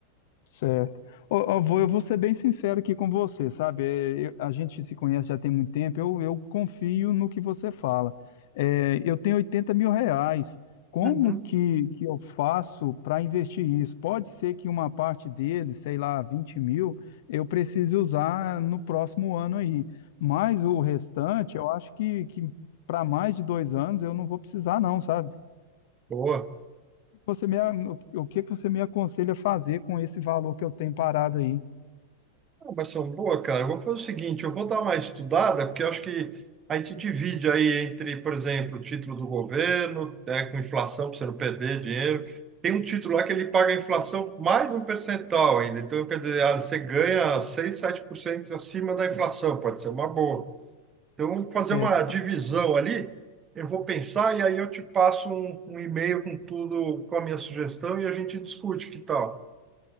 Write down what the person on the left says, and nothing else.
Certo. Ô, ô, vô, eu vou ser bem sincero aqui com você, sabe? É, eu- a gente se conhece já tem muito tempo, eu, eu confio no que você fala. É, eu tenho oitenta mil reais. Como
que, que eu faço para investir isso? Pode ser que uma parte dele, sei lá, 20 mil, eu precise usar no próximo ano aí. Mas o restante, eu acho que, que para mais de dois anos eu não vou precisar, não, sabe?
Você me, a- o que que você me aconselha a fazer com esse valor que eu tenho parado aí?
É,